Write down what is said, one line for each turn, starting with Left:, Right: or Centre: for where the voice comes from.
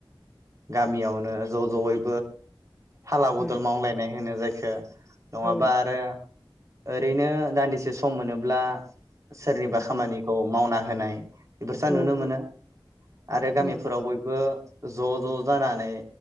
Right: गामियावनो ज' ज'यैबो फाला बदल
Centre: उम
Right: मावलायनाय होनो जाय खो नङाबा
Centre: औ
Right: आरो ओरैनो दान्दिसे सम मोनोब्ला सोरनिबा खामानिखौ मावना होनाय बेफोरसी नुनो
Centre: ओ
Right: मोनो
Centre: औ औ
Right: आरो गामिफोराव
Centre: उम
Right: बयबो ज' ज' जानानै